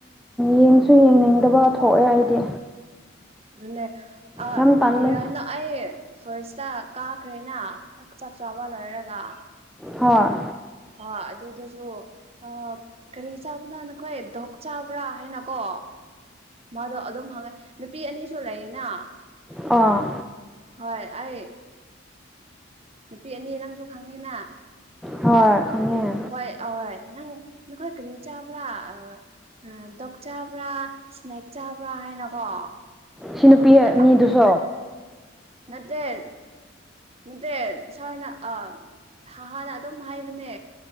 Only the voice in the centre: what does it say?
ꯌꯦꯡꯁꯨ ꯌꯦꯡꯅꯤꯡꯗꯕ ꯊꯣꯛꯑꯦ ꯑꯩꯗꯤ
ꯌꯥꯝ ꯇꯜꯂꯦ
ꯍꯣꯏ
ꯑꯥ
ꯍꯣꯏ ꯈꯪꯉꯦ
ꯁꯤ ꯅꯨꯄꯤꯅꯤꯗꯨꯁꯨ